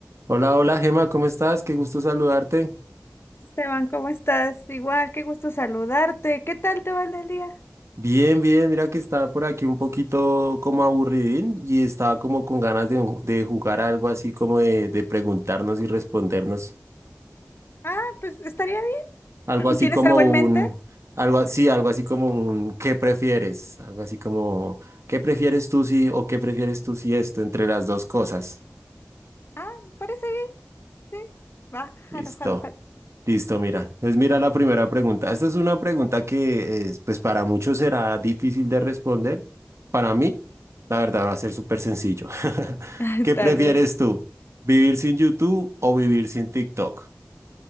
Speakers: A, on the right; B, on the left.
A: Hola, hola Gema, ¿cómo estás? Qué gusto saludarte.
B: Esteban, ¿cómo estás? Igual, qué gusto saludarte. ¿Qué tal te va el día?
A: Bien, bien, mira que estaba por aquí un poquito como aburridín y estaba como con ganas de, un- de jugar algo así como de, de preguntarnos y respondernos.
B: Ah, pues estaría
A: Algo
B: bien.
A: así
B: <clears throat> ¿Tienes
A: como
B: algo en mente?
A: un, algo así, algo así como un ¿qué prefieres? Algo así como ¿qué prefieres tú si o qué prefieres tú si esto entre las dos cosas?
B: Ah, me parece bien, sí. Va,
A: Listo.
B: jalo, jalo, jalo.
A: Listo, mira. Pues mira la primera pregunta. Esta es una pregunta que, eh, pues para muchos será difícil de responder. Para mí, la verdad, va a ser súper sencillo. <laughs>
B: <laughs>
A: ¿Qué
B: Tal
A: prefieres
B: vez.
A: tú? ¿Vivir sin YouTube o vivir sin TikTok?